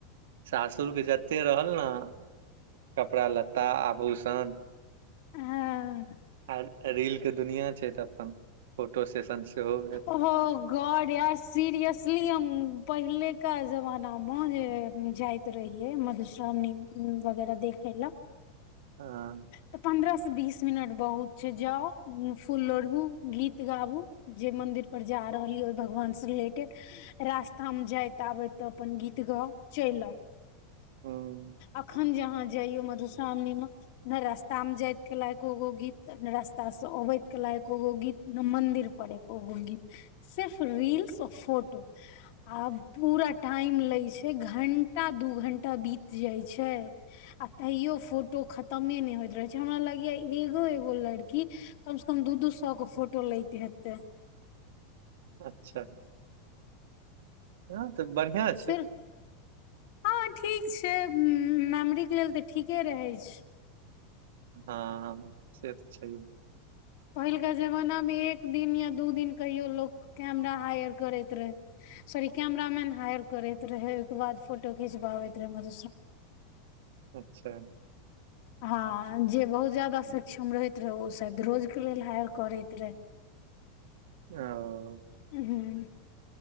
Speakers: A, on the right; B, on the left.
A: सासुरके जते रहल ने। कपड़ा लत्ता आभूषण।
B: हँ
A: आ रीलके दुनिआँ छै। तऽ अपन फोटो सेशन सेहो भेल।
B: अहा गॉड यार, सीरियसली हम पहिलुका जमाना मे चलि जाइतहुँ। रहियै, मधुश्रावणी वगैरह देखे लए।
A: हँ
B: तऽ पन्द्रह से बीस मिनट बहुत। जाउ, फूल लोढ़ू, गीत गाबू। जे मन्दिर जा रहल छी, ओहि भगवानसँ संबंधित गीत गाबू। रास्तामे जाइत आबैत अपन गीत गाबैत रहिहऽ आ चलि आब।
A: हूँ
B: अखन जे अहाँ मधुश्रावणीमे जाइयौ नहि रास्ता मे जाइत के लायको गो गीत ने रास्ता से अबैत के लायक गो गीत ने मंदिर पढ़र ओ गीत तऽ सिर्फ रील्स आ फोटो आब पूरा टाइम लागि जाइत छै, घण्टा दू घण्टा बीत जाइत छै। आ तैयो फोटो खतमे नै होइत रहै छै, हमरा लगैया एगो एगो लड़की। कम सऽ कम दू-दू सए फोटो लैत हेतै।
A: अच्छा हँ तऽ बढ़िआँ छै।
B: सिर्फ हँ, ठीक छै। मेमरीक लेल तऽ ठीके रहै छै।
A: हँ, से तऽ छै।
B: पहिलका जमानामे एक दिन या दू दिनक लेल लोक कैमरा हायर करैत रहै। सॉरी, कॅमेरामैन हायर करैत रहै, ओइके बाद फोटो खिचाबैत रहै।
A: अच्छा
B: हँ, जे बहुत जादा सक्षम रहैत रहै, ओ शायद रोज। के लेल हायर करैत रहै।
A: ओ
B: हँ